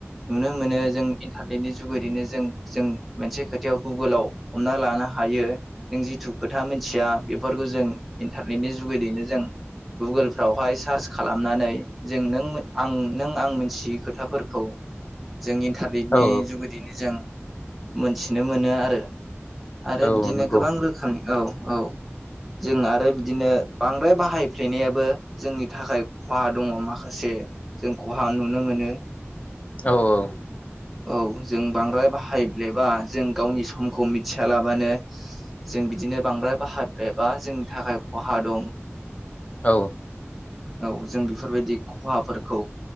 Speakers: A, in the centre; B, on the left (about 30°).
A: नुनो मोनो जों इन्टारनेटनि जुगदैनो जों जों मोनसे खोथायाव गुगोलाव हमना लानो हायो नों जिथु खोथा मिथिया बेफोरखौ जों इन्टारनेटनि जुगैदैनो जों गुगोलफ्रावहाय सार्च खालामनानै जों नों आं नों आं मोनथियै खोथाफोरखौ जों इन्टारनेटनि
B: औ
A: जुगुदिनो जों मोनथिनो मोनो आरो आरो
B: औ
A: बिदिनो
B: नंगौ
A: गोबां रोखोमनि औ औ। जों आरो बिदिनो बांद्राय बाहायफ्लेनायाबो जोंनि थाखाय खहा दङ माखासे जों खहा नुनो मोनो।
B: औ औ।
A: औ जों बांद्राय बाहायब्लेबा जों गावनि समखौ मिथियालाबानो जों बिदिनो बांद्राय बाहायब्रेबा जोंनि थाखाय खहा दं।
B: औ।
A: औ जों बेफोरबायदि खहाफोरखौ